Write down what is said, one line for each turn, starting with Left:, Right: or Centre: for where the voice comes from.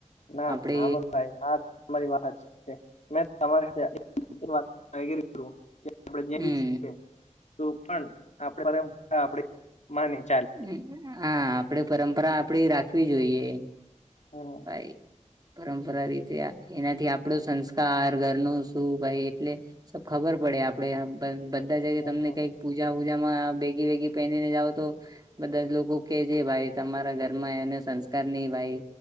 Left: ના,
Right: આપડે
Left: આમ જ થાય આજ. તમારી વાત મેં <inaudible> આપણે જેમ
Right: હમ
Left: છીએ. તો પણ આપણે આપણું માનીને ચાલીએ.
Right: હં હા, આપડે પરંપરા આપડી રાખવી જોઈએ.
Left: હમ
Right: બાય. પરંપરા રીતે એનાથી આપણો સંસ્કાર ઘરનું શું? ભાઈ એટલે. શું ખબર પડે આપણે બધા જગ્યાએ
Left: હમ
Right: તમને
Left: હમ
Right: કંઈક? પૂજા વૂજામાં બેગી વેગી પહેરીને જાઓ તો.... બધા જ લોકો કે છેે. ભાઈ તમારા ઘરમાં એને સંસ્કાર નહીં ભાઈ.